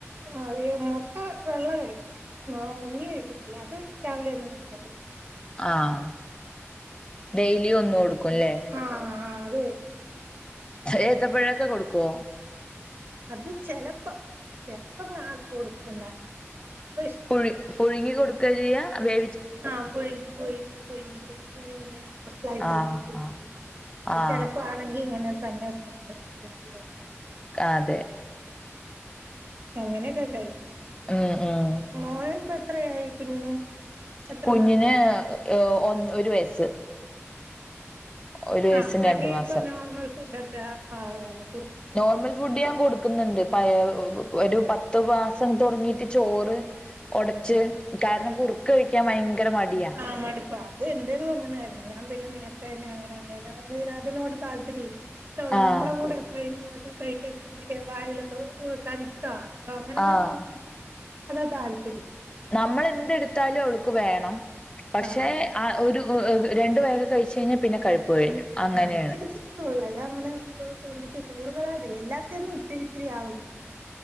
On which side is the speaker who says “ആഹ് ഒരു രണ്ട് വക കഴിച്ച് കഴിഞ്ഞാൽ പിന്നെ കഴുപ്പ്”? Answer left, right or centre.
Left